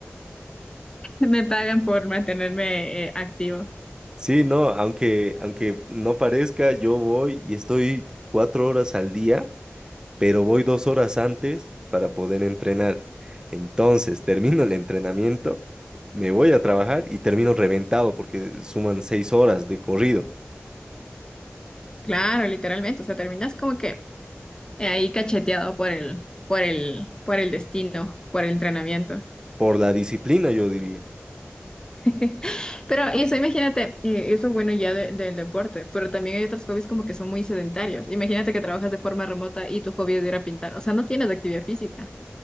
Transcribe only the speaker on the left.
Me pagan por mantenerme eh, activo.
Claro, literalmente. O sea, terminas como que eh, ahí cacheteado por el, por el, por el destino, por el entrenamiento.
<laughs> Pero eso, imagínate, eh, eso es bueno ya de- del deporte, pero también hay otros hobbies como que son muy sedentarios. Imagínate que trabajas de forma remota y tu hobby es ir a pintar. O sea, no tienes actividad física.